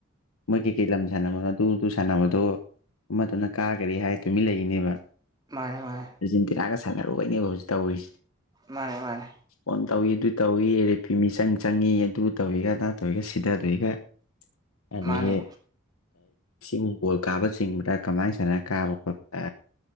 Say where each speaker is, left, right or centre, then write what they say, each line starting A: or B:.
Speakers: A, on the left; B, on the right.
A: ꯃꯣꯏ ꯀꯩꯀꯩ ꯂꯝ ꯁꯥꯟꯅꯕꯅꯣ ꯑꯗꯨ ꯑꯗꯨ ꯁꯥꯟꯅꯕꯗꯣ ꯑꯃꯗꯨꯅ ꯀꯥꯒꯔꯤ ꯍꯥꯏ ꯇꯨꯃꯤ ꯂꯩꯈꯤꯅꯦꯕ
B: ꯃꯥꯅꯦ ꯃꯥꯅꯦ
A: ꯑꯔꯖꯦꯟꯇꯤꯅꯥꯒ ꯁꯥꯟꯅꯔꯣꯏꯅꯦꯕ ꯍꯧꯖꯤꯛ ꯇꯧꯔꯤꯁꯤꯦ
B: ꯃꯥꯅꯦ ꯃꯥꯅꯦ
A: ꯑꯣꯣꯟ ꯇꯧꯏ ꯑꯗꯨ ꯇꯧꯏ ꯔꯦꯄꯤꯤ ꯃꯤꯆꯪ ꯆꯪꯏ ꯑꯗꯨ ꯇꯧꯏꯒ ꯑꯗꯥ ꯇꯧꯋꯏꯒ ꯁꯤꯗꯗꯣꯏꯒ <unintelligible> ꯑꯗꯒꯤ
B: ꯃꯥꯅꯦ
A: ꯁꯤꯕꯨ ꯕꯣꯜ ꯀꯥꯕ ꯆꯤꯡꯕꯗ ꯀꯃꯥꯏ ꯁꯥꯟꯅ ꯀꯥꯕ ꯈꯣꯠꯄ